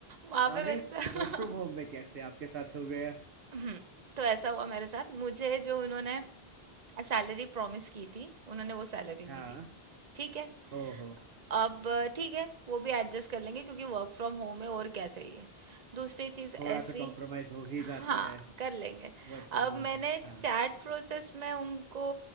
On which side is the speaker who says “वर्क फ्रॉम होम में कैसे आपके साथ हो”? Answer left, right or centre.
Right